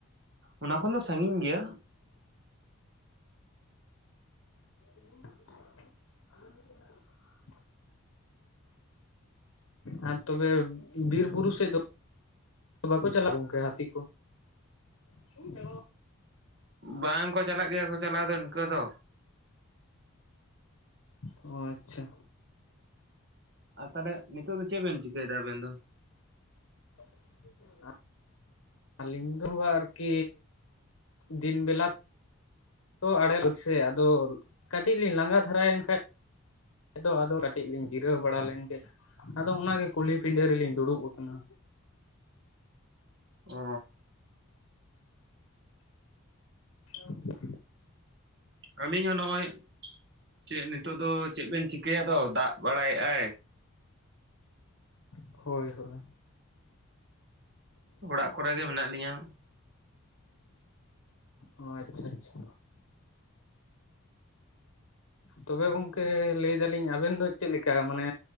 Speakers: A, on the right; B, on the left.
A: ᱚᱱᱟ ᱠᱷᱚᱱ ᱫᱚ ᱥᱟᱺᱜᱤᱧ ᱜᱮᱭᱟ᱾
B: <unintelligible> ᱟᱨ ᱛᱚᱵᱮ ᱵᱤᱨ ᱵᱩᱨᱩ ᱥᱮᱫ ᱫᱚ ᱵᱟᱠᱚ ᱪᱟᱞᱟᱜᱼᱟ, ᱜᱚᱢᱠᱮ ᱦᱟᱹᱛᱤ ᱠᱚ? <inaudible>
A: ᱵᱟᱝ ᱠᱚ ᱪᱟᱞᱟᱜ ᱜᱮᱭᱟ ᱠᱚ ᱪᱟᱞᱟᱣ ᱫᱚ, ᱤᱱᱠᱟᱹ ᱫᱚ᱾
B: ᱚ ᱟᱪᱪᱷᱟ᱾
A: ᱟᱨ ᱛᱟᱦᱚᱞᱮ ᱱᱤᱛᱚᱜ ᱫᱚ ᱪᱮᱫ ᱵᱮᱱ ᱪᱤᱠᱟᱹᱭ ᱮᱫᱟ ᱟᱵᱮᱱ ᱫᱚ?
B: <inaudible> ᱟᱹᱞᱤᱧ ᱫᱚ ᱟᱨᱠᱤ ᱫᱤᱱ ᱵᱮᱞᱟ᱾ ᱟᱲᱮ ᱞᱟ ᱥᱮ, ᱠᱟᱹᱴᱤᱡ ᱞᱤᱧ ᱞᱟᱸᱜᱟ ᱫᱷᱟᱨᱟᱭᱮᱱ ᱠᱷᱟᱱ ᱟᱫᱚ ᱟᱫᱚ ᱠᱟᱹᱴᱤᱡ ᱞᱤᱧ ᱡᱤᱨᱟᱹᱣ ᱵᱟᱲᱟ ᱞᱮᱱ ᱜᱮ ᱟᱫᱚ ᱚᱱᱟ ᱜᱮ ᱠᱩᱞᱦᱤ ᱯᱤᱰᱟᱹ ᱨᱮᱞᱤᱧ ᱫᱩᱲᱩᱵ ᱟᱠᱟᱱᱟ᱾
A: ᱚ
B: <unintelligible>
A: ᱟᱹᱞᱤᱧ ᱦᱚᱸ ᱱᱚᱜ-ᱚᱭ ᱪᱮᱫ ᱱᱤᱛᱚᱜ ᱫᱚ ᱪᱮᱫ ᱵᱮᱱ ᱪᱤᱠᱟᱹᱭᱟ ᱟᱫᱚ? ᱫᱟᱜ ᱵᱟᱲᱟᱭ ᱮᱫ-ᱟᱭ᱾
B: ᱦᱳᱭ ᱦᱳᱭ᱾
A: ᱚᱲᱟᱜ ᱠᱚᱨᱮ ᱜᱮ ᱢᱮᱱᱟᱜ ᱞᱤᱧᱟᱹ᱾
B: ᱚ ᱟᱪᱪᱷᱟ ᱟᱪᱪᱷᱟ᱾ ᱛᱚᱵᱮ ᱜᱚᱝᱠᱮ ᱞᱟᱹᱭ ᱫᱟᱹᱞᱤᱧ ᱟᱵᱮᱱ ᱫᱚ ᱪᱮᱫ ᱞᱮᱠᱟ ᱢᱟᱱᱮ